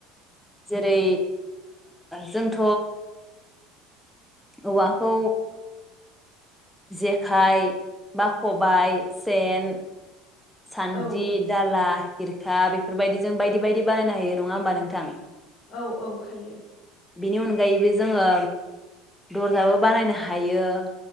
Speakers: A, in the centre; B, on the left.
A: जेरै जोंथ औवाखौ जेखाइ बा खबाय सेन सान्दि
B: औ
A: दाला खिरखा बेफोरबायदि जों बायदि बायदि बानायनो हायो नङा होमबा नोंथां
B: औ औ हायो
A: बिनि अनगायैबो जोङो दर्जाबो बानायनो हायो